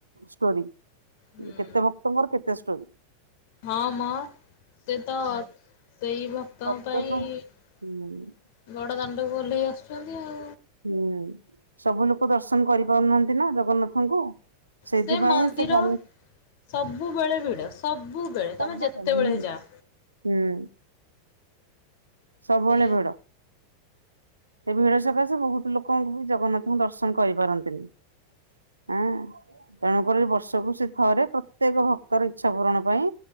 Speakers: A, on the right; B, on the left.
A: ଷ୍ଟୋରି।
B: ହୁଁ
A: କେତେ ଭକ୍ତଙ୍କର କେତେ ଷ୍ଟୋରୀ।
B: ହଁ ମ। ସେ ତ ସେଇ ଭକ୍ତଙ୍କ
A: ପ୍ରତ୍ୟେକ
B: ପାଇଁ
A: ହୁଁ
B: ବଡ଼ ଦାଣ୍ଡକୁ ଓହ୍ଲେଇ ଆସୁଛନ୍ତି ଆଉ।
A: ହୁଁ ସବୁ ଲୋକ ଦର୍ଶନ କରିପାରୁନାହାନ୍ତି ନା ଜଗନ୍ନାଥଙ୍କୁ। ସେଇଥିପାଇଁ
B: ସେ ମନ୍ଦିର
A: ସେ କାଳିଆ
B: ସବୁବେଳେ ଭିଡ ସବୁବେଳେ
A: ସବୁବେଳେ
B: ତମେ ଯେତେବେଳେ
A: ହୁଁ
B: ଯା।
A: ହୁଁ ସବୁବେଳେ
B: ସେ
A: ଭିଡ। ଏ ଭିଡ ସକାଶେ ବହୁତ ଲୋକଙ୍କୁ ବି ଜଗନ୍ନାଥଙ୍କୁ ଦର୍ଶନ କରିପାରନ୍ତିନି। ହଁ ତେଣୁକରି ବର୍ଷକୁ ସେ ଥରେ ପ୍ରତ୍ୟେକ ଭକ୍ତ ର ଇଚ୍ଛା ପୁରଣ ପାଇଁ